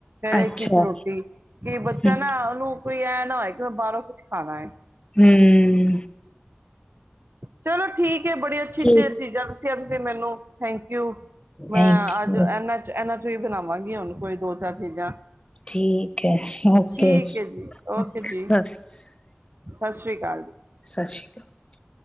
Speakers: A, on the right; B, on the left.
A: ਫੇਰੇ
B: ਅੱਛਾ,
A: ਕਿਛ ਰੋਟੀ, ਕਿ ਬੱਚਾ
B: ਹੂੰ।
A: ਨਾ ਉਹਨੂੰ ਕੋਈ ਐਂ ਨਾ ਹੋਏ, ਕਿ ਮੈਂ ਬਾਹਰੋਂ ਕੁੱਛ ਖਾਣਾ ਏ।
B: ਹਮ।
A: ਚਲੋ ਠੀਕ ਹੈ ਬੜੀ ਅੱਛੀ,
B: ਠੀਕ
A: ਅੱਛੀ ਅਸੀ ਅਪਨੇ ਮੈਨੂੰ ਥੈਂਕ ਯੂ, ਮੈਂ
B: ਥੈਂਕ
A: ਅੱਜ
B: ਯੂ
A: ਐਨਾ ਚ ਐਨਾ ਚੋਂ ਹੀ ਬਣਾਵਾਂਗੀ। ਕੀ ਹੁਣ ਕੋਈ ਦੋ ਚਾਰ ਚੀਜ਼ਾਂ।
B: ਠੀਕ ਹੈ, ਓਕੇ
A: ਠੀਕ
B: ਸ,
A: ਹੈ ਜੀ ਓਕੇ ਜੀ
B: ਸ।
A: ਸਤਿ ਸ਼੍ਰੀ ਅਕਾਲ ਜੀ।
B: ਸਤਿ ਸ਼੍ਰੀ ਅਕਾਲ।